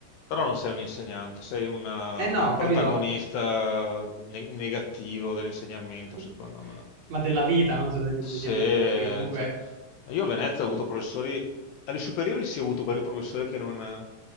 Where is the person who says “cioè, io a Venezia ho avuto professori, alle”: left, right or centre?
Left